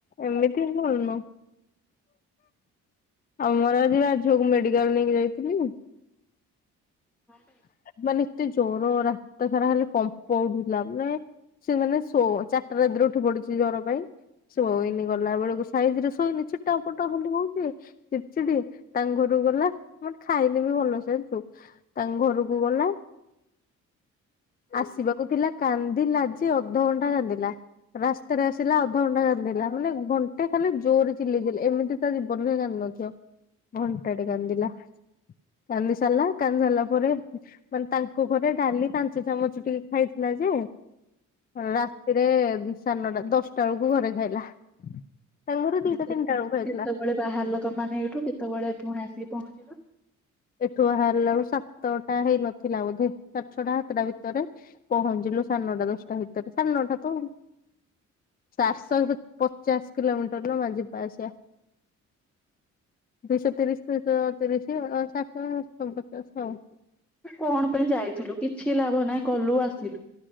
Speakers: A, on the left (about 30°); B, in the centre.
A: ଏମିତି କିନ୍ତୁ ଭଲନୁହଁ। ଆମର ଆଜି ରାଜ ଝିଅକୁ ମୁଁ ମେଡିକାଲ ନେଇକି ଯାଇଥିଲି।
B: ହଁ <unintelligible>
A: ମାନେ ଏତେ ଜ୍ଵର ରାତଟା ସାରା ଖାଲି କମ୍ପଉଢୁଥିଲା ମାନେ ସେ ମାନେ ସୋ ଚା ରାତିରୁ ଉଠି ପଡିଛି ଜ୍ୱର ପାଇଁ। ଏଇନି ଗଲା ବେଳକୁ ସାଇଜ ରେ ଶୋଇନି ଛିଟ ପଟ ଖାଲି ହ ହଉଛି। ଚିଡଚିଡି ତାଙ୍କ ଘରୁ ଗଲା ମାନେ ଖାଇନିବି ଭଲ ସେ ଜାଣିଛୁ। ତାଙ୍କ ଘରକୁ ଗଲା। ଆସିବାକୁ ଥିଲା କାନ୍ଦିଲା ଯେ ଅଧଘଣ୍ଟା କାନ୍ଦିଲା। ରାସ୍ତାରେ ଆସିଲା ଅଧଘଣ୍ଟା କାନ୍ଦିଲା ମାନେ ଘଣ୍ଟେ କାନ୍ଦିଲା ଜୋରରେ ଚିଲେଇ ଚିଲେଇ ଏମିତି ତା ଜୀବନରେ ନ୍କାନ୍ଦି ନଥିବ ଘଣ୍ଟାଟେ କାନ୍ଦିଲା। କାନ୍ଦି ସାରିଲା କାନ୍ଦି ସାରିଲା ପରେ ମାନେ ତାଙ୍କ ଘରେ ଡାଲି ପାଞ୍ଚ ଚାମଚ ଟିକେ ଖାଇଥିଲା ଯେ ରାତିରେ ସାଢେନଟା ଦଶଟା ବେଳକୁ ଘରେ ଖାଇଲା। ତାଙ୍କ ଘରେ
B: ମାନେ
A: ଦିଟା ତିନିଟା ବେଳକୁ ଖାଇଥିଲା।
B: କେତେବେଳେ ବାହାରିଲ ତମେମାନେ ଏଇଠୁ କେତେବେଳେ ପୁଣି ଆସିକି ପହଞ୍ଚିଲ।
A: ଏଠୁ ବାହାରିଲା ବେଳକୁ ସାତଟା ହେଇନଥିଲା ବୋଧେ ସାଢ଼େ ଛଅଟା ସାତଟା ଭିତରେ ପହଞ୍ଚିଲୁ ସାଢେନଅଟା ଦଶଟା ଭିତରେ ସାଢ଼େ ନଅଟା ତ ଚାରିଶହ ପଚାଶ କିଲୋମିଟର ଲୋମା ଯିବା ଆସିବା। ଦୁଇଶହତିରିଶ ଦୁଇଶତିରିଶ ଚାରିଶହ ପଚାଶ ଆଉ
B: କଣ ପାଇଁ ଯାଇଥିଲୁ କିଛି ଲାଭ ନାହିଁ ଗଲୁ ଆସିଲୁ।